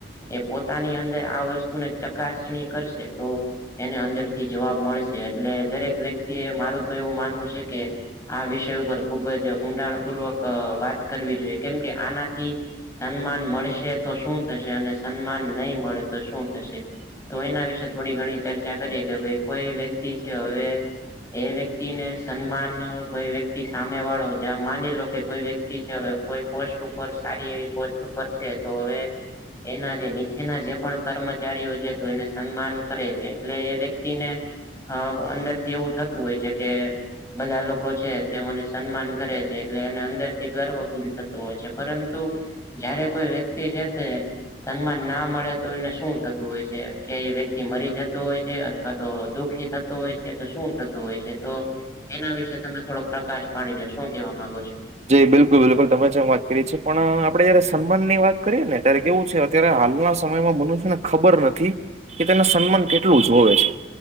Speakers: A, on the left; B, on the right.
A: એ પોતાની અંદર આ વસ્તુને ચકાસણી કરશે તો એને અંદર થી જવાબ મળશે એટલે દરેક વ્યક્તિ એ મારું તો એવું માનવું છે કે. આ વિષય ઉપર ખુબ જ ઊંડાણ પૂર્વક વાત કરવી જોઈએ કેમ કે આનાથી સન્માન મળશે તો શું થશે અને સન્માન નહી મળે તો શું થશે તો એના વિશે થોડી ઘણી ચર્ચા કરીએ કે ભાઈ કોઈ વ્યક્તિ છે હવે એ વ્યક્તિને સન્માન કોઈ વ્યક્તિ સામે વાળો જ માની લો કે કોઈ વ્યક્તિ છે અવે કોઈ પોસ્ટ ઉપર સારી એવી પોસ્ટ ઉપર છે તો હવે એના જે નીચેના જે પણ કર્મચારીઓ છે તો એને સન્માન કરે છે એટલે એ વ્યક્તિને અ અંદર થી એવું થતું હોય છે કે. બધા લોકો છે તે મને સન્માન કરે છે એટલે એને અંદરથી ગર્વ ફીલ થતો હોય છે પરંતુ જયારે કોઈ વ્યક્તિ છે તે સન્માન ના મળે તો એને શું થતું હોય છે. કે એ વ્યક્તિ મરી જતો હોય છે અથવા તો દુખી થતો હોય છે તો શું થતું હોય છે તો એના વિશેે તમે થોડોક પ્રકાશ પાડીદો શું કેહેવા માંગો છો
B: જી બિલકુલ બિલકુલ તમે જેમ વાત કરી છી પણ આપણે જયારે સન્માન ની વાત કરીએ ને ત્યારે કેવું છે અત્યારે હાલના સમયમાં મનુષ્યને ખબર નથી કે તેને સન્માન કેટલું જોવે છે.